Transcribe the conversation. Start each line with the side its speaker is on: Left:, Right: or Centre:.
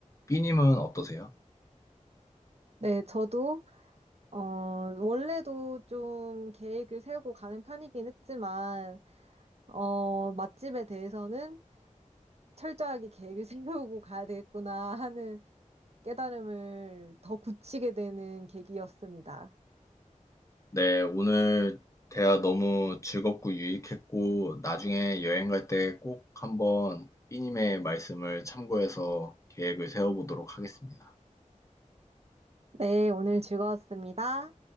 Left: 삐님은 어떠세요?
Right: 네, 저도 어, 원래도 좀 계획을 세우고 가는 편이긴 했지만, 어, 맛집에 대해서는 철저하게 계획을 <laughs> 세우고 가야 되겠구나 하는 깨달음을 더 굳히게 되는 계기였습니다.
Left: 네, 오늘 대화 너무 즐겁고 유익했고, 나중에 여행 갈 때 꼭 한번 삐님의 말씀을 참고해서 계획을 세워보도록 하겠습니다.
Right: 네, 오늘 즐거웠습니다.